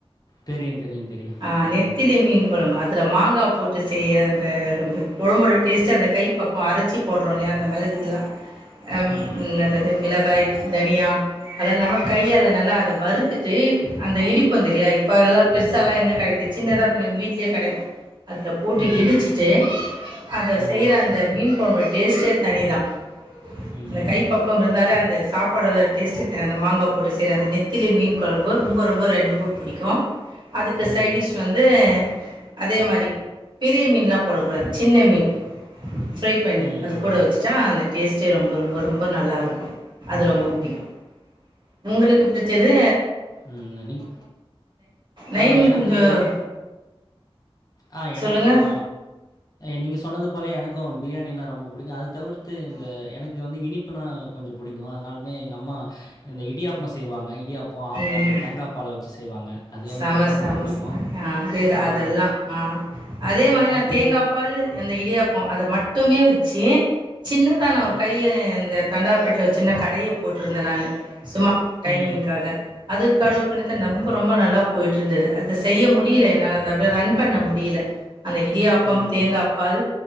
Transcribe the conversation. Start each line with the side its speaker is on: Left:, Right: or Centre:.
Left: தெரியும், தெரியும், தெரியும்.
Right: ஆஹ்
Left: ஆ.
Right: நெத்திலிய மீன் குழம்பு அதுல மாங்காப் போட்டு செய்ற அந்த அந்த கொழம்போட டேஸ்ட்டு அந்த கை பக்கவம் அரைச்சி போடுறோம்ல அந்த மிளகு இதலாம் அப்
Left: ம்.
Right: அது என்னது மில லய்க்‌ தனியா அதெல்லம கைய நல்லா அத வறுத்துட்டு அந்த இடிப்போ தெரியா இப்ப எல்லாம் பெருசா எல்லாம் எங்க கிடைக்குது சின்னதா இப்ப நம்ம வீட்லயே கிடைக்கும் அதல போட்டு
Left: ம்.
Right: இடிச்சுட்டு அத
Left: ம்.
Right: செய்ற அந்த மீன் பமே டேஸ்ட்டே தனிதான்
Left: ம்.
Right: அந்த கைப்பக்கம் இருந்தாலே அந்த சாப்பாடோட டேஸ்ட் ஆ அந்த மாங்கா போட்டு செய்ர அந்த நெத்திலி மீன் குழம்பு ரொம்ப ரொம்ப ரொம்ப புடிக்கு அதுக்கு
Left: ம். ம்.
Right: சைடிஷ் வந்து அதே மாரி பெரிய மீன்லாம் போடக்‌ கூடாது சின்ன மீன் ஃப்ரை பண்ணி
Left: ம்.
Right: அது கூட வச்சுிட்டா அந்த டேஸ்ட்டே ரொம்ப ரொம்ப ரொம்ப நல்லாருக்கு அது ரொம்ப புடிக்கு உங்களுக்கு புடிச் எது
Left: ம் நநிங்‌
Right: நைன்
Left: அதா எனக்கு
Right: கொஞ்சம்
Left: ஆ எனக்கு
Right: சொல்லுங்கள்
Left: ஆ நீங்க சொன்னது போல எனக்கு பிரியாணின்னா ரொம்ப பிடிக்கும் அத தவிர்த்து இந்த எனக்கு வந்து இனிப்புனா கொஞ்சம் புடிக்கும் அதனாமே எங்க அம்மா இந்த இடியாப்பமா செய்வாங்க இடியா பம் ஆப்போ
Right: ம்
Left: அந்த தேங்கா பால வச்சு வசு செய்வாங்க அது எனக்கு
Right: செம
Left: ரொம்ப
Right: செம
Left: ரொம்ப பிடிக்கும்.
Right: செம ஆ அதேத
Left: ஆ
Right: அதெல்லா
Left: எ
Right: ஆ அதே
Left: ஆ
Right: மாரி நான்
Left: எப்பயும்
Right: தேங்காப்பால் எந்த இடியாப்பம் அது மட்டுமே வச்சு சின்னதா நான் ஒரு
Left: ம்,
Right: கைய இந்த தண்டார்பெட்ல சின்ன கடைய போட்ருந்தன் நானு சும்மா
Left: ம்,
Right: டைமிங்க்காக அது கடவுள் பிண்ணத்த நம்ப ரொம்ப நல்லா போயிட்டு இருந்துது அத செய்ய முடில என்னால அத அப்புற ரன் பண்ண முடில அந்த இடியாப்பம்
Left: ம்,
Right: தேங்காப்பால்